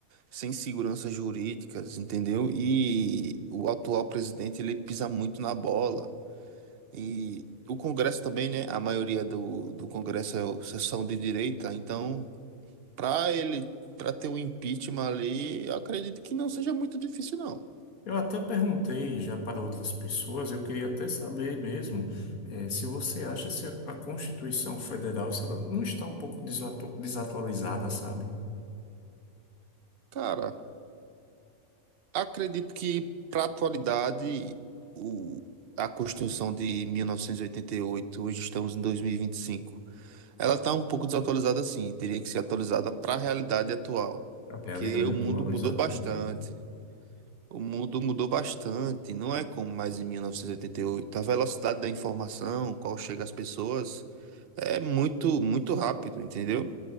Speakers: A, on the right; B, on the left.
A: sem seguranças jurídicas, entendeu? E o atual presidente, ele pisa muito na bola. E o Congresso também, né? A maioria do, do Congresso é o- são de direita, então, para ele, para ter um impeachment ali, eu acredito que não seja muito difícil, não.
B: Eu até perguntei já para outras pessoas, eu queria até saber mesmo, eh, se você acha se a, a Constituição Federal, se ela não está um pouco desatu- desatualizada, sabe?
A: Cara, acredito que para atualidade, o, a Constituição de 1988, hoje estamos em 2025. Ela está um pouco desatualizada, sim. Teria que ser atualizada para a realidade atual,
B: A
A: porque
B: realidade
A: o mundo
B: atual,
A: mudou
B: exatamente.
A: bastante. O mundo mudou bastante, não é como mais em 1988. A velocidade da informação, qual chega às pessoas, é muito, muito rápido, entendeu?